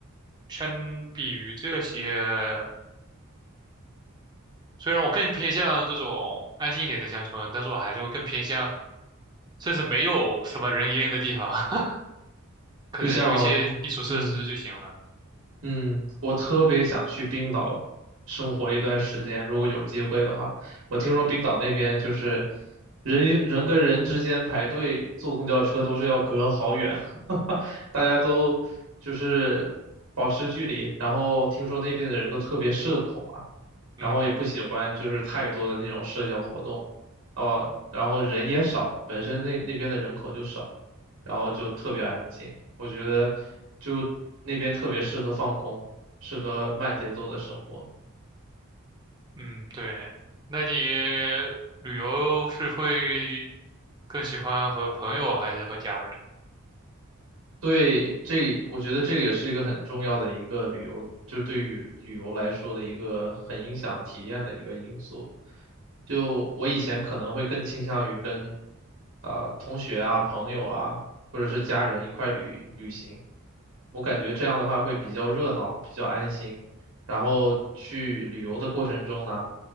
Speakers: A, on the right (about 20°); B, on the right (about 60°).
A: 相比于这些。虽然我更偏向这种安静一点的乡村，但是我还是会更偏向，甚至没有什么人烟的地方，<laughs> 可能有一些基础设施就行了。
B: 就像，嗯嗯，我特别想去冰岛生活一段时间，如果有机会的话，我听说冰岛那边就是人与人跟人之间排队坐公交车都是要隔好远，<laughs> 大家都就是保持距离，然后听说那边的人都特别社恐啊。然后也不喜欢就是太多的那种社交活动，
A: 嗯。
B: 哦，然后人也少，本身那那边的人口就少，然后就特别安静。我觉得就那边特别适合放空，适合慢节奏的生活。
A: 嗯，对。那你旅游是会更喜欢和朋友还是和家人？
B: 对，这我觉得这个也是一个很重要的一个旅游，就是对于旅游来说的一个很影响体验的一个因素。就我以前可能会更倾向于跟啊、同学啊、朋友啊，或者是家人一块旅旅行，我感觉这样的话会比较热闹，比较安心。然后去旅游的过程中呢，